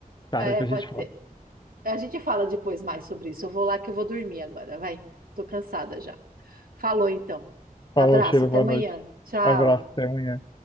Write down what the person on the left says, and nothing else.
Tá,
depois
a gente fala.
Falou,
Sheila,
boa
noite.
Abraço, até amanhã.